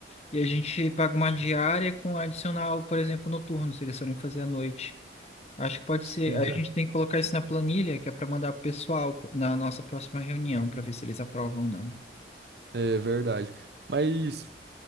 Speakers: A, on the left; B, on the right.
A: e a gente paga uma diária com adicional, por exemplo, noturno, se eles forem fazer à noite. Acho que pode
B: Sim,
A: ser. Aí
B: cara.
A: a gente tem que colocar isso na planilha, que é para mandar pro pessoal na nossa próxima reunião, para ver se eles aprovam ou não.
B: É verdade. Mas.